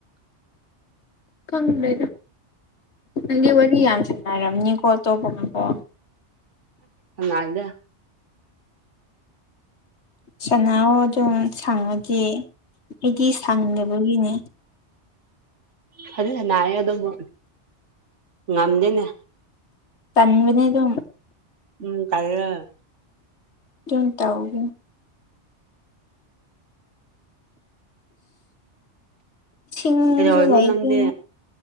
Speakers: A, on the left (about 70°); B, on the right (about 80°).
A: ꯀꯪ ꯂꯩꯅ ꯅꯪꯗꯤ ꯋꯥꯔꯤ ꯌꯥꯝ ꯁꯥꯟꯅꯔꯕꯅꯤ ꯀꯣꯜ ꯇꯧꯕ ꯉꯀꯣ
B: ꯑꯁꯜꯗ
A: ꯁꯅꯥꯍꯎ ꯑꯗꯨꯝ ꯁꯪꯉꯗꯤ ꯑꯩꯗꯤ ꯁꯪꯗꯕꯒꯤꯅꯦ
B: ꯐꯖꯟꯅꯥꯏꯌꯦ ꯑꯗꯨꯕꯨ ꯉꯝꯗꯦꯅꯦ
A: ꯇꯟꯅꯦ ꯑꯗꯨ
B: ꯎꯝ ꯇꯥꯏꯌꯦ
A: ꯌꯨꯝ ꯇꯥꯎꯒꯦ ꯁꯤꯡꯖꯨ
B: ꯀꯩꯗꯧꯔꯤꯅꯣ
A: ꯂꯩꯗꯦ
B: ꯅꯪꯗꯤ